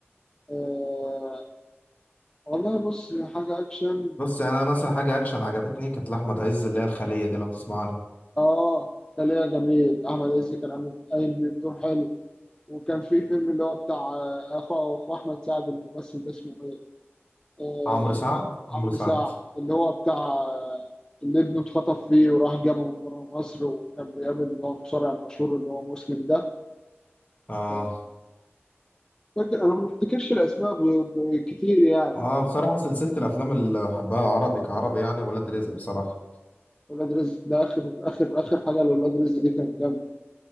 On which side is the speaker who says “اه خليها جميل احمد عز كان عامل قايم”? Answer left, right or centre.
Left